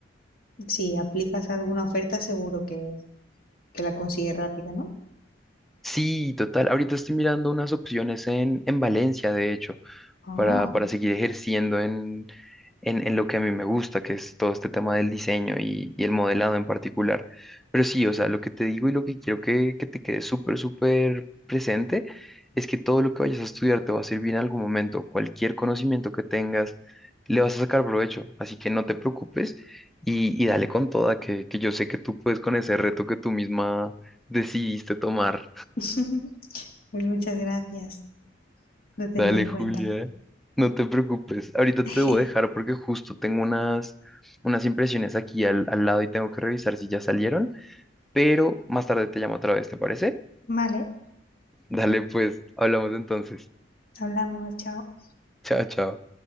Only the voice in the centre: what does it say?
Sí, total. Ahorita estoy mirando unas opciones en, en Valencia, de hecho.
para, para seguir ejerciendo en, en, en lo que a mí me gusta, que es todo este tema del diseño y, y el modelado en particular. Pero sí, o sea, lo que te digo y lo que quiero que, que te quede súper, súper presente es que todo lo que vayas a estudiar te va a servir en algún momento. Cualquier conocimiento que tengas, le vas a sacar provecho. Así que no te preocupes y, y dale con toda, que, que yo sé que tú puedes con ese reto que tú misma decidiste tomar.
Dale,
Julia,
no te preocupes. Ahorita
te debo dejar porque justo tengo unas, unas impresiones aquí al, al lado y tengo que revisar si ya salieron, pero más tarde te llamo otra vez, ¿te parece?
Dale, pues, hablamos entonces.
Chao, chao.